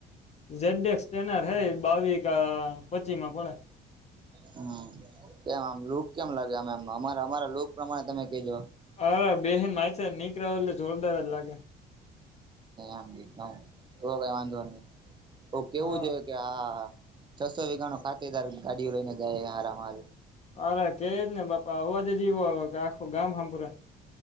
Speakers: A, on the left (about 35°); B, on the right (about 25°).
A: ઝેડક્સ ટ્રેનર હૈ બાવી પચી માં પડે
B: હમ કેમ આમ લુક કેમ લાગેમ અમા અમારા લુક પ્રમાણે તમે કજો
A: અરે બેહેન મા છે નીક રહો એટલે જોરદાર જ લાગે
B: એમ તો કઈ વાંધો નહી કેવું
A: હા
B: છે કે હા છસો વીઘા નું ખાતે તાર ગાડીઓ લઈને જાય હરા માર
A: અરે કે જ ને પપા આવવાજ જીવો આખું ગામ સાંપુરા